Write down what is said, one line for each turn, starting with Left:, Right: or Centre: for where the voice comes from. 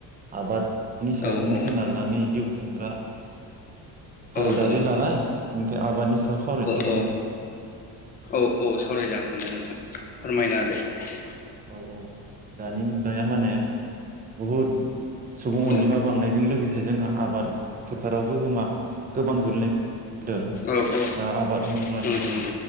Right: आबाद नि सायावनो
Left: ओ
Right: सोनारनानै जिउ खुंग्रा भारतारि
Left: औ औ
Right: लानाय ओंखाय आबादनि सायाव सावरायनोसै आरो
Left: औ
Right: ना।
Left: औ औ सावरायजागोन दे नोंथां
Right: औ
Left: फोरमायना होदो एसे
Right: औ औ। दानि मुगायाव माने बहुत सुबुं अनजिमा
Left: औ
Right: बांनायजों लोगोसे जोंहा आबाद फोथाराव गोहोमा गोबां गोग्लैनाय होदों
Left: औ औ
Right: दा आबाद होनोब्ला
Left: नंगौ
Right: जोंहा